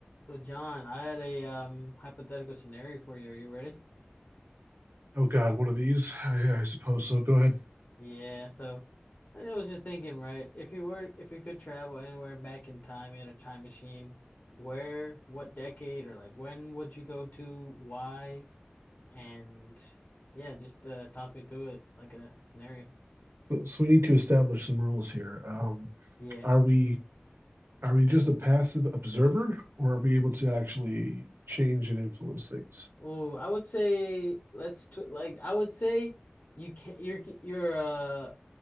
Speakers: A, on the left; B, on the right.
A: So John, I had a um hypothetical scenario for you. Are you ready?
B: Oh God, one of these. <sighs> I, I suppose so. Go ahead.
A: Yeah, so I I was just thinking, right? If you were if you could travel anywhere back in time, you had a time machine, where, what decade or like when would you go to, why, and yeah, just uh talk me through it like a scenario.
B: So we need to establish some rules here. Um,
A: Yeah.
B: are we are we just a passive observer, or are we able to actually change and influence things?
A: Well, I would say let's t like I would say you can you're you're uh